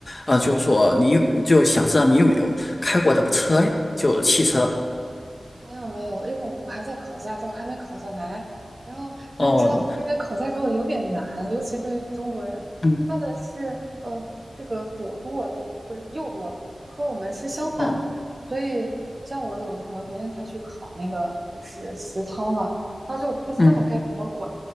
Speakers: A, on the left (about 45°); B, on the right (about 45°).
A: 呃，就说你你就想知道你有没有开过那个车呀，就是汽车。
B: 没有没有，因为我还在考驾照，还没考下来。然后你知道这边考驾照有点难，
A: 哦，
B: 尤其对于中国人，
A: 嗯，
B: 他的是呃这个左舵就是不是右舵，和我们是相反的。
A: 哦，
B: 所以像我有个朋友，昨天他去考那个就是实操嘛，他就不知道该怎么拐，
A: 嗯，